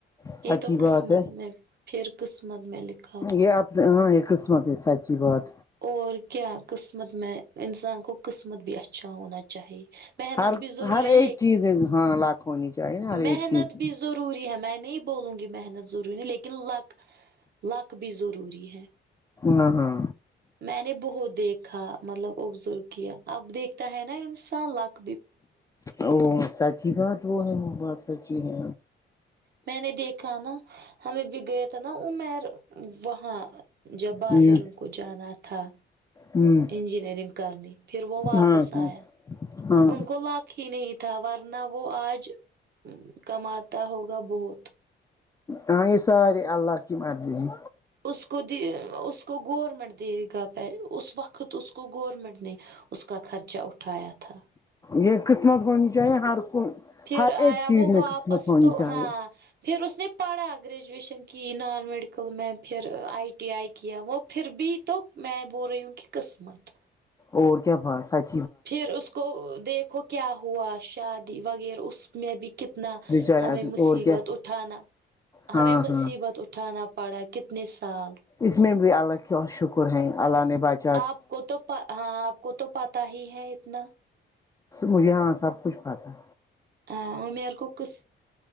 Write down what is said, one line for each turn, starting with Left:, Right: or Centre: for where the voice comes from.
Left: سچی
Right: یے تو
Left: بات
Right: قسمت میں پھر قسمت میں لکھ
Left: یے اپنے ہاں یے قسمت ہے سچی بات
Right: اور کیا قسمت میں انسان کو قسمت بھی اچھا ہونا چاہیے محنت
Left: ہر
Right: بھی ضروری
Left: ہر ایک
Right: ہے لیکن
Left: چیز میں ہاں ہونی چاہیے نا ہر
Right: محنت
Left: ایک چیز
Right: بھی ضروری ہے میں نہیں بولوں گی محنت ضروری لیکن لک لک بھی ضروری ہے
Left: نا ہاں
Right: میں نے بہت دیکھا مطلب ابزرو کیا اب دیکھتا ہے نا انسان لگ
Left: او سچی بات وہ ہے وہ بات سچی ہے
Right: میں نے دیکھا نا ہمیں بھی گیا تھا نا امیر وہاں جب باہر
Left: ہ
Right: ان کو جانا تھا
Left: ہ
Right: انجینئرنگ کرنی پھر وہ واپس
Left: ہاں ہ
Right: آیا
Left: ہاں
Right: ان کو لاک ہی نہیں تھا ورنہ وہ آج کماتا ہوگا بہت
Left: ہاں یے سارے اللہ کی مرضی ہے
Right: اس کو اس کو گورمنٹ دے گا پے اس وقت اس کو گورنمنٹ نے اس کا خرچہ اٹھایا تھا
Left: یے قسمت ہونی چاہیے ہر کو
Right: پھر
Left: ہر
Right: آیا
Left: ایک چیز
Right: وہ
Left: میں
Right: واپس
Left: قسمت ہونی
Right: تو
Left: چاہیے
Right: ہاں پھر اس نے پڑھا گریجویشن کی نان میڈیکل میں پھر آئی ٹی آئی کیا وہ پھر بھی تو میں بول رہی ہوں کی قسمت
Left: اور کیا بس سچ
Right: پھر اس کو دیکھو کیا ہوا شادی وغیرہ اس میں بھی کتنا
Left: بیچارے
Right: ہمیں
Left: آدمی
Right: مصیبت
Left: اور کیا
Right: اٹھانا
Left: ہاں
Right: ہمیں مصیبت
Left: ہاں
Right: اٹھ اٹھانا پڑا کتنے سال
Left: اس میں بھی اللہ کا شکر ہیں اللہ نے بات
Right: آپ کو تو ہاں آپ کو تو پتہ ہی ہے اتنا
Left: مجھے ہاں سب کچھ پتہ ہے
Right: ہاں عمر کو کس